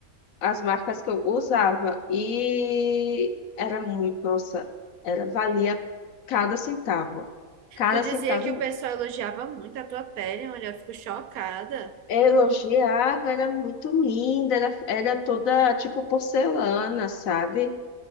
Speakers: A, on the left; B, on the right.
A: as marcas que eu usava. E era muito, nossa, era, valia cada centavo. Cada
B: Tu dizia
A: centavo
B: que o pessoal elogiava muito a tua pele, olha, eu fico chocada.
A: Elogiava, era muito linda, era, era toda tipo porcelana, sabe?